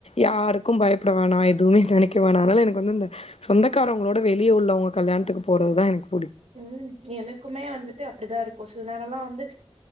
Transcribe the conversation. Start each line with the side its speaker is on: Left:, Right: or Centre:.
Left: யாருக்கும் பயப்ட வேணா எதுவுமே நெனக்க வேணா அத்னால எனக்கு வந்துந்த சொந்தக்காரவங்களோட வெளிய உள்ளவங்க கல்யாண்த்துக்கு போறதுதான் எனக்
Right: ம் எனக்குமே வந்துட்டு அப்டிதாருக் கொசு நேரலாம் வந்து